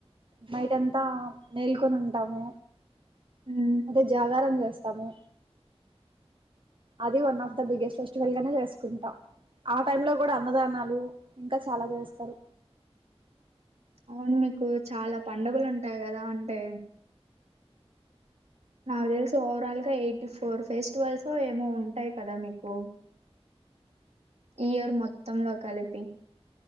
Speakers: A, on the right (about 55°); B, on the right (about 85°).
A: నైట్ అంతా మేల్కొని ఉంటాము
B: ఉమ్
A: అదే జాగరం చేస్ స్తము అది one of the biggest festival గానే చేసుకుంటా ఆ టై లో గూడా అన్నదానాలు ఇంకా చాలా చేస్తారు
B: అవును మీకు చాలా పండుగలు ఉంటాయి కదా అంటే నాకు తెలిసి ఓవరాల్ గా ఎయిటీ ఫోర్ ఫెస్టివల్స్ ఏమో ఉంటాయి కదా మీకు ఇయర్ మొత్తంలో కలిపి